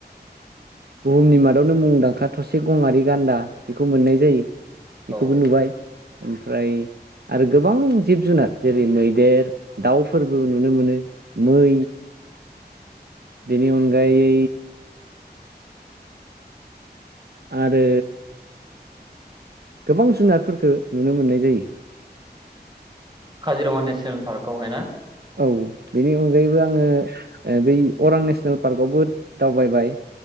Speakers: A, on the right; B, on the right.
A: बुहुमनि मादावनो मुंदांखा थसे गङारि गान्दा बेखौ मोननाय जायो।
B: औ
A: बेखौबो नुबाय ओमफ्राय आरो गोबां जिब जुनार जेरै मैदेर दाउ फोरबो नुनो मोनो मै बेनि अनगायै आरो गोबां जुनारफोरफोरखो नुनो मोननाय जायो।
B: काजिरङा नेसनेल पार्कआवहाय ना?
A: औ बेनि अनगायैबो आङो ओ बै अरां नेसनेल पार्कआवबो दावबाय